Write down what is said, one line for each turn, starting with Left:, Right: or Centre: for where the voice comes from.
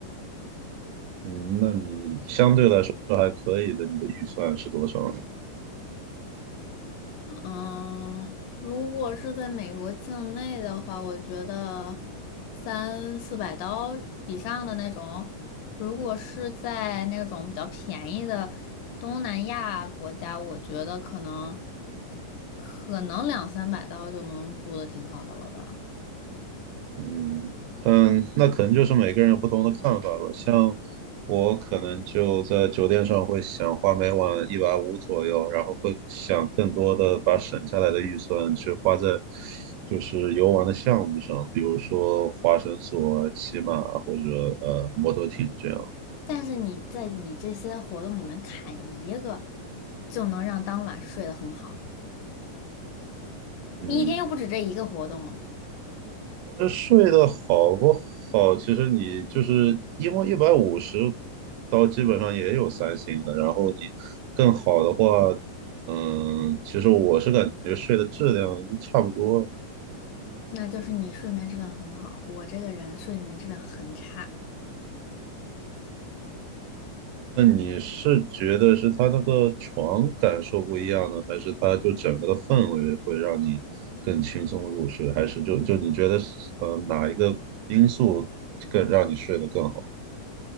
Right: 嗯，那你相对来说还可以的，你的预算是多少？
Left: 嗯，如果是在美国境内的话，我觉得三四百刀以上的那种，如果是在那种比较便宜的东南亚国家，我觉得可能可能两三百刀就能住的挺好的了吧。
Right: 嗯，但那可能就是每个人有不同的看法吧。像我可能就在酒店上会想花每晚一百五左右，然后会想更多的把省下来的预算去花在就是游玩的项目上，比如说滑绳索、骑马或者呃摩托艇这样。
Left: 但是你在你这些活动里面砍一个，就能让当晚睡得很好。
Right: 嗯，
Left: 你一天又不止这一个活动，
Right: 这睡得好不好，其实你就是因为一百五十刀基本上也有三星的，然后你更好的话，嗯，其实我是感觉睡的质量差不多。
Left: 那就是你睡眠质量很好。我这个人睡眠质量很差，
Right: 那你是觉得是它那个床感受不一样呢，还是它就整个的氛围会让你更轻松入睡，还是就就你觉得呃哪一个因素更让你睡得更好？